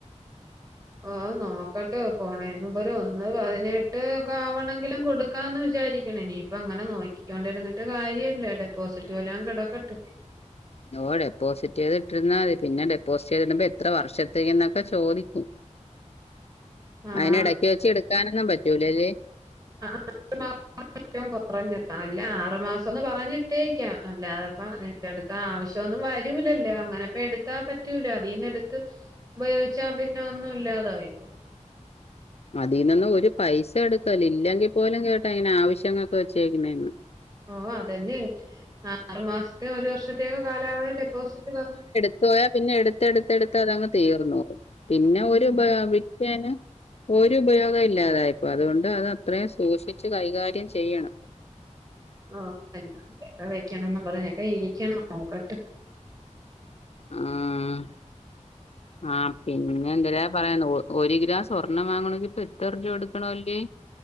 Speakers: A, on the right; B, on the left.
A: ഓഹ് നോക്കട്ടെ പോണേന് മുമ്പ് ഒരു ഒന്ന് പതിനെട്ട് ഒക്കെ ആവണെങ്കിലും കൊടു ക്കാന്ന് വിചാരിക്ക്ണ്. ഇനിയിപ്പ അങ്ങനെ നോക്കിക്കോണ്ടിര്ന്നിട്ട് കാര്യല്ല. ഡെപ്പോസിറ്റ് വല്ലോം കെടക്കട്ട്
B: ഓഹ് ഡെപ്പോസിറ്റ് ചെയ്തിട്ടിര്ന്നാ മതി. പിന്നെ ഡെപ്പോസിറ്റ് ചെയ്തിടുമ്പോ എത്ര വർഷത്തേക്ക് എന്നൊക്കെ ചോദിക്കും.
A: ആഹ്
B: അയ്ന് എടക്ക് വെച്ച് എടുക്കാനൊന്നും പറ്റൂലല്ലേ
A: <inaudible> ഏറ്റവും കൊറഞ്ഞത് അല്ല ആറുമാസം എന്ന് പറഞ്ഞിട്ടേക്കാം അല്ലാതപ്പം എടുത്ത ആവശ്യമൊന്നും വരൂലല്ലോ അങ്ങനെ പ്പ എട്ത്താ പറ്റൂല അതീന്ന് എടുത്ത് ഉപയോഗിച്ചാ പിന്നെ ഒന്നും ഇല്ലാതായി
B: അതീന്നൊന്നും ഒരു പൈസ എടുക്കല്ല് ഇല്ലെങ്കിൽ പോലും കേട്ടാ അയ്ന് ആവശ്യങ്ങൊക്കെ വെച്ചേക്ക്ണേണ്
A: ഓഹ് അതന്നെ ആറു മാസത്തേ ഒരു വർഷത്തേക്കോ കാലാവധി ഡെപ്പോസിറ്റ് പ
B: ത്തോയാ പിന്നെ എട്ത്തട്ത്ത് എടുത്ത് അതങ്ങ് തീർന്നോവും. പിന്നെ ഒരു
A: ഉം
B: ഉപയോ വിറ്റേന് ഒരു ഉപയോഗം ഇല്ലാതായിപ്പോ അതുകൊണ്ട് അത് അത്രയും സൂക്ഷിച്ച് കൈകാര്യം ചെയ്യണം.
A: ഓഹ് അല്ലതൊക്കെ വെക്കണംന്ന് പറഞ്ഞക്കെ ഇരിക്കണം നോക്കട്ട്
B: ആഹ് ആഹ് പിന്നെ എന്തല പറയന്ന് ഒര് ഗ്രാം സ്വർണം വാങ്ങണങ്കി ഇപ്പ എത്ര രൂവ കൊട്ക്കണല്ലേ